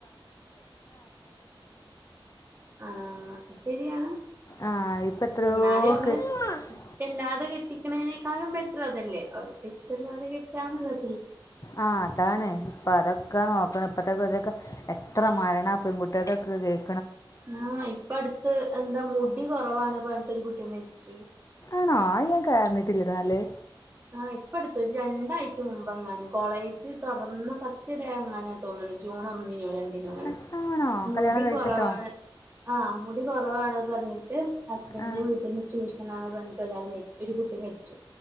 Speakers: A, on the right (about 25°); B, on the left (about 40°).
A: ആഹ് അത് ശരിയാണ്
B: ആ ഇപ്പം
A: പക്ഷെന്നാലും
B: എത്രയോ
A: നമ്മള്
B: കെ-
A: ഇഷ്ടല്ലാ അത് കെട്ടിക്കണെനേക്കാളും ബെറ്റർ അതല്ലേ അവർക്ക് ഇഷ്ട്ടോള്ളൊരെ കെട്ടാന്ന്ള്ളത്
B: ആഹ് അതാണ് അപ്പൊ അതൊക്കെ നോക്കണം ഇപ്പഴത്തേ <unintelligible> എത്ര മരണാ പെൺകുട്ട്യടേക്കെ കേക്ക്
A: ആഹ് ഇപ്പ അട്ത്ത് എന്താ മുടി കൊറവാണ് പെ പെൺകുട്ടി മരിച്ചു
B: ആണോ അത് ഞാൻ കേറ്ണിട്ടില്ലട്ടോന്നാല്
A: ആഹ് ഇപ്പട്ത്ത് ഒരു രണ്ടാഴ്ച മുമ്പങ്ങാനും കോളേജ് തോറന്ന് ഫസ്റ്റ് ഡേ എങ്ങാനാ തോന്ന്ണ് ജൂൺ ഒന്നിനോ ര ണ്ടിനോന്ന്ണ്‌
B: ആ, ആണോ
A: മുടി
B: കല്യാണം കഴിച്ചിട്ടോ
A: കൊറവാണ്. ആ മുടി കൊറവാണ് പറഞ്ഞിട്ട് ഹസ്ബൻഡിന്റെ
B: ആ
A: വീട്ടിന്ന് ചൂഷണാണ് പറ ഞ്ഞ്ട്ടൊരാൾ മരി ഒരു കുട്ടി മരിച്ചു